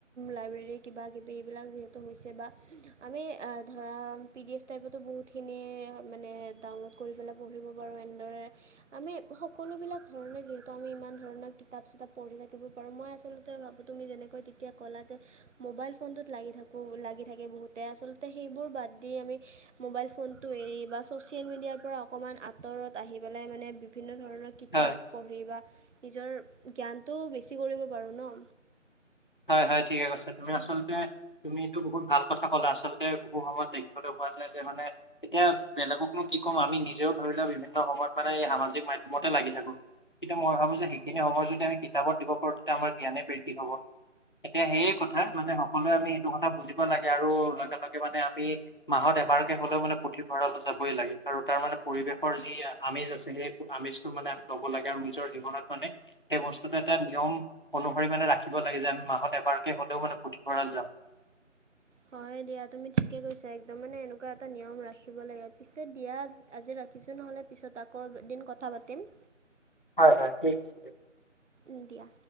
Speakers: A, on the right; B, on the left.
A: লাইব্ৰেৰী কিবাকিবি এইবিলাক যিহেতু হৈছে বা আমি ধৰা পি ডি এফ টাইপতো বহুত, খিনি মানে ডাউনলোড কৰি পেলাই পঢ়িব পাৰোঁ। এনেদৰে, আমি সকলোবিলাক ধৰণে যিহেতু আমি ইমান ধৰণৰ কিতাপ চিতাপ পঢ়ি থাকিব পাৰোঁ মই আচলতে ভাবো তুমি যেনেকৈ তেতিয়া ক'লা যে মোবাইল ফোনটোত লাগি থাকোঁ লাগি থাকে বহুতে আচলতে সেইবোৰ বাদ দি আমি মোবাইল ফোনটো এৰি বা ছ'চিয়েল মিডিয়াৰ পৰা অকণমান আঁতৰত আহি পেলাই মানে বিভিন্ন ধৰণৰ
B: হয়
A: কিতাপ পঢ়ি বা নিজৰ জ্ঞানটোও বেছি কৰিব পাৰোঁ ন
B: হয় হয় ঠিকে কৈছো তুমি আচলতে তুমিতো বহুত ভাল কথা ক'লা আচলতে বহু সময়ত দেখিবলৈ পোৱা যায় যে মানে এতিয়া বেলেগকনো কি ক'ম আমি নিজেও ধৰি লোৱা বিভিন্ন সময়ত মানে এই সামাজিক মাধ্যমতে লাগি থাকো কিন্তু মই ভাবো যে সেইখিনি সময় যদি আমি কিতাপ দিব পাৰো তেতি আমাৰ জ্ঞানে বৃদ্ধি হ'ব এতিয়া সেয়ে কথা মানে সকলোৱে আমি সেইটো কথা বুজিব লাগে আৰু লগে লগে মানে আমি মাহত এবাৰকে হলেও মানে পুথিভঁৰাললৈ যাবই লাগে আৰু তাৰ মানে পৰিৱেশৰ যি আমেজ আছে। সেই আমেজটো মানে ল'ব লাগে আৰু নিজৰ জীৱনত মানে সেই বস্তুটো এটা নিয়ম অনুসৰি মানে ৰাখিব লাগে যে আমি মাহত এবাৰকে হলেও মানে পুথিভঁৰাল যাম
A: হয় দিয়া তুমি ঠিকে কৈছা একদম মানে এনেকুৱা এটা নিয়ম ৰাখিব লাগে পিছে দিয়া আজি ৰাখিছোঁ নহ'লে পিছত আকৌ এদিন কথা পাতিম
B: হয় হয় ঠিক আছে
A: ইণ্ডিয়া